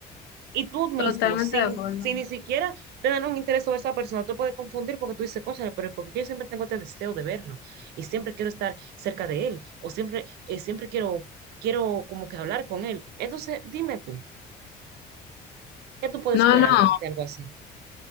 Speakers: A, on the right (about 75°); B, on the left (about 85°).
A: y tú mismo,
B: Totalmente
A: sin,
B: de acuerdo.
A: sin ni siquiera tener un interés sobre esa persona, tú puedes confundir porque tú dices, cónchale, pero porque yo siempre tengo este deseo de verlo, y siempre quiero estar cerca de él, o siempre, eh, siempre quiero, quiero como que hablar con él. Entonces, dime tú, ¿qué tú puedes
B: No,
A: esperar
B: no,
A: de de algo así?